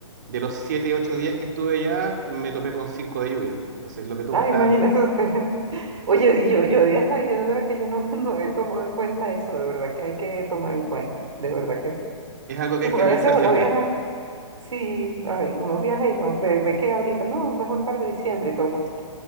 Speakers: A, on the right; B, on the right.
A: de los 7 8 días que estuve allá, me topé con 5 de lluvia. Entonces, lo que tú
B: ah
A: contabas
B: imagínese
A: de-
B: usted. <laughs> Oye, y yo, yo, de- ay, yo de verdad que yo no, <laughs> no he tomado en cuenta eso, de verdad que hay que tomar en cuenta, de verdad que sí.
A: es algo que
B: Sí,
A: hay
B: porque
A: que analizar
B: a veces
A: siempre.
B: uno viaja, sí, ay, uno viaja y no, ve, ve que ahorita, no, mejor para diciembre y todo el mundo está.